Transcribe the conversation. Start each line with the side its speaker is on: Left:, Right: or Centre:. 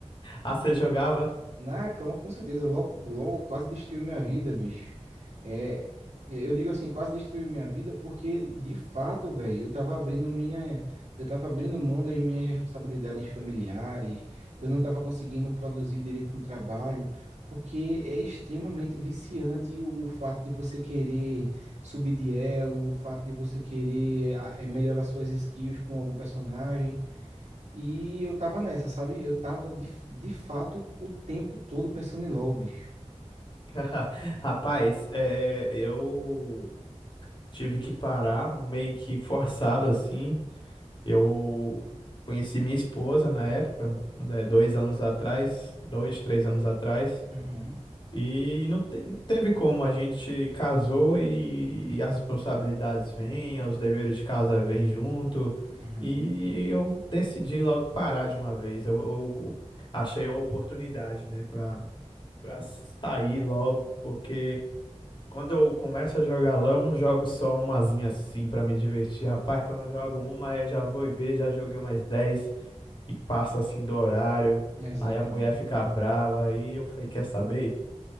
Left: ah, você jogava?
Right: Na, com, com certeza, LOL, LOL quase destruiu minha vida, bicho. É, eu digo assim, quase destruiu minha vida porque, de fato, velho, eu tava abrindo minha, eu tava abrindo mão das minhas responsabilidades familiares, eu não tava conseguindo produzir direito no trabalho, porque é extremamente viciante o, o fato de você querer subir de elo, o fato de você querer ah, eh, melhorar suas skills com algum personagem. E eu tava nessa, sabe? Eu tava de, de fato o tempo todo pensando em LOL, bicho.
Left: <laughs> Rapaz, é, eu tive que parar meio que forçado assim. Eu conheci minha esposa na época, né, dois anos atrás, dois, três anos atrás.
Right: Uhum, uhum,
Left: E não te- teve como, a gente casou e, e as responsabilidades vêm, os deveres de casa vêm junto,
Right: uhum.
Left: e eu decidi logo parar de uma vez. Eu, eu achei a oportunidade, né, para para sair logo, porque quando eu começo a jogar LoL, eu não jogo só umazinha assim para me divertir. Rapaz, quando eu jogo uma, aí eu já vou e ver, já joguei mais 10 e passo assim do horário,
Right: Exatamente.
Left: aí a mulher fica brava, aí eu falei, quer saber?